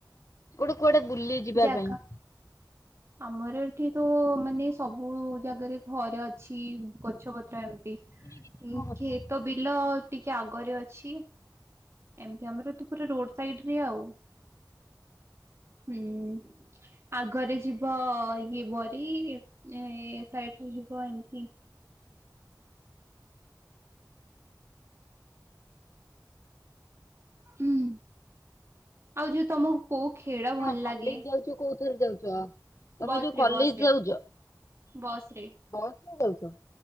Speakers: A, on the left; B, on the right.
A: ଗୋଟେ କୁଆଡେ ବୁଲି ଯିବା
B: ଜାଗା
A: ପାଇଁ।
B: ଆମର ଏଠି ତ ମାନେ ସବୁ ଜାଗାରେ ଘରେ ଅଛି ଗଛ ପତ୍ର ଏମିତି ଉଁ
A: ପୁଣି କିଛି ତମ କଥା,
B: କ୍ଷେତ ବିଲ ଟିକେ ଆଗରେ ଅଛି। ଏମତି ଆମର ତ ପୁରା ରୋଡ ସାଇଡରେ ଆଉ ହୁଁ। ଆଗରେ ଯିବ ଇଏ ବରି ଏ ସାଇଡରେ ଯିବ ଏମିତି ହୁଁ ଆଉ ଯୋଉ ତମକୁ କୋଉ ଖେଳ
A: ତମେ
B: ଭଲ
A: କଣ
B: ଲାଗେ
A: କଲେଜ ଯାଉଛ କୋଉ ଥରେ ଯାଉଛ? ତମେ
B: ବସ
A: ଯୋଉ
B: ରେ
A: କଲେଜ
B: ବସ ରେ
A: ଯାଉଛ
B: ବସ୍ ରେ
A: ବସ୍ ରେ ଯାଉଛ